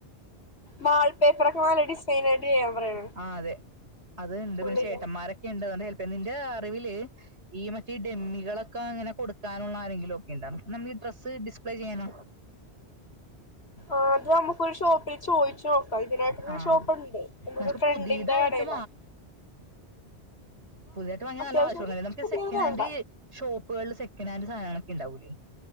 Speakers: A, on the left; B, on the right.
A: വാൾ പേപ്പറൊക്കെ നല്ല ഡിസൈനായിട്ട് ചെയ്യാൻ പറയണം
B: ആഹ് അതെ അത്ണ്ട്
A: ഉള്ളില്
B: പിന്നെ ചേട്ടന്മാരൊക്കെ ഉണ്ട് ഹെൽപ് ചെയ്യാൻ നിന്റെ അറിവില് ഈ മറ്റേ ഈ ഡെമ്മികളൊക്കെ അങ്ങനെ കൊടുക്കാനുള്ള ആരെങ്കിലും ഒക്കെ ഉണ്ടാ നമ്മൾ ഈ ഡ്രസ്സ് ഡിസ്പ്ലേ ചെയ്യണ
A: ആദ്യം നമുക്കൊരു ഷോപ്പില് ചോദിചോ പ്പൊ ഇതിനായിട്ടരു
B: ആ
A: ഷോപ്പുണ്ട് എന്റെ
B: നമുക്ക്
A: ഒരു ഫ്രണ്ടിന്റെ
B: പുതിയതായിട്ട്
A: കടയിയിലാണ്
B: പുതിതായിട്ട് വാങ്ങ്യ
A: അത്യാവശ്യം
B: നല്ല കാശ് കൊടുക്കണം നമുക്ക്
A: പുതിയത്
B: സെക്കനന്റ്
A: വേണ്ട
B: ഷോപ്പുകളിൽ സെക്കനൻറ് സധനങ്ങളൊക്കെ ഉണ്ടാവൂലേ